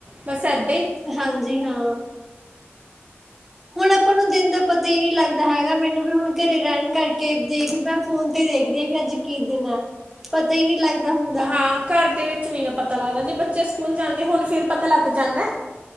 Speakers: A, on the right; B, in the centre.
A: ਬਸੰਤ
B: ਹਾਂਜੀ ਹਾਂ ਹੁਣ ਆਪਾਂ ਨੂੰ ਦਿਨ ਦਾ ਪਤਾ ਹੀ ਨਹੀਂ ਲੱਗਦਾ ਹੈਗਾ ਮੈਨੂੰ ਵੀ ਹੁਣ ਘਰੇ ਰਹਿਣ ਕਰਕੇ ਦੇਖ ਮੈਂ ਫ਼ੋਨ ਤੇ ਦੇਖਦੀ ਹਾਂ ਵੀ ਅੱਜ ਕੀ ਦਿਨ ਹੈ ਪਤਾ ਹੀ ਨਹੀਂ ਲੱਗਦਾ ਹੁੰਦਾ
A: ਹਾਂ ਘਰ ਦੇ ਵਿੱਚ ਨੀ ਨਾ ਪਤਾ ਲੱਗਦਾ ਜੇ ਬੱਚੇ ਸਕੂਲ ਜਾਂਦੇ ਹੁਣ ਫਿਰ ਪਤਾ ਲੱਗ ਜਾਂਦਾ